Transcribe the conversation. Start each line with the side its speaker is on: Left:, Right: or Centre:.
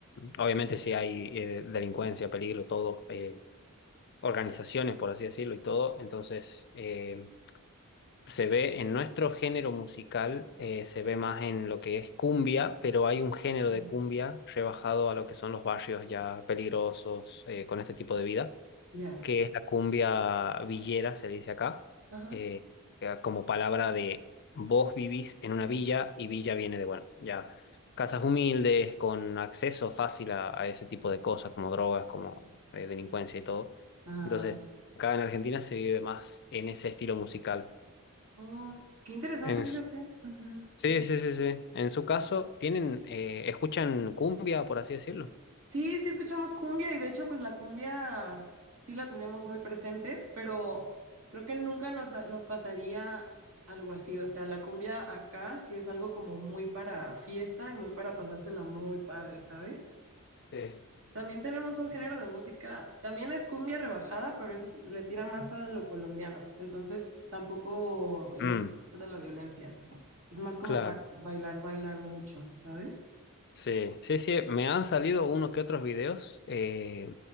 Left: obviamente sí hay eh, delincuencia, peligro, todo, eh, organizaciones, por así decirlo, y todo. Entonces... eh, se ve en nuestro género musical, eh, se ve más en lo que es cumbia, pero hay un género
Right: Mm.
Left: de cumbia rebajado a lo que son los barrios ya peligrosos eh, con este tipo de vida,
Right: Ya,
Left: que es la cumbia villera, se le dice acá,
Right: Ajá.
Left: eh, que como palabra de vos vivís en una villa y villa viene de, bueno, ya casas humildes, con acceso fácil a, a ese tipo de cosas, como drogas, como eh, delincuencia y todo.
Right: Ah,
Left: Entonces, acá en Argentina se vive más en ese estilo musical.
Right: Oh, qué interesante,
Left: En
Right: fíjate. Ujú.
Left: Sí, sí, sí, sí. En su caso, tienen, eh, escuchan cumbia, por así decirlo.
Right: Sí, sí escuchamos cumbia y de hecho, pues la cumbia sí la tenemos muy presente, pero creo que nunca nos, nos pasaría algo así. O sea, la cumbia acá sí es algo como muy para fiesta y muy para pasársela muy padre, ¿sabes?
Left: Sí.
Right: También tenemos un género de música, también es cumbia rebajada, pero es- le tira más a lo colombiano. Entonces tampoco incluye
Left: Mm,
Right: tanto la violencia. Es más como
Left: claro.
Right: para bailar, bailar mucho, ¿sabes?
Left: Sí, sí, sí. Me han salido unos que otros videos, eh,